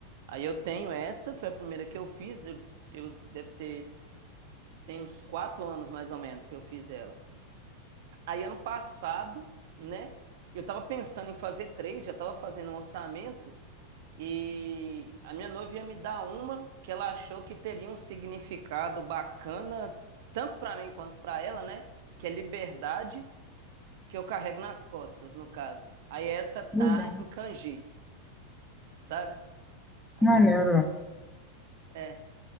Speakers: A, on the right; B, in the centre.
A: Aí eu tenho essa, foi a primeira que eu fiz. Eu, eu deve ter. isso Tem uns quatro anos mais ou menos que eu fiz ela. Aí ano passado, né? Eu tava pensando em fazer três, já tava fazendo um orçamento. E a minha noiva ia me dar uma que ela achou que teria um significado bacana, tanto pra mim quanto pra ela, né? Que é liberdade que eu carrego nas costas, no caso. Aí essa tá
B: Que Legal.
A: em kanji, sabe? Aí
B: Que maneiro.
A: tem o- É.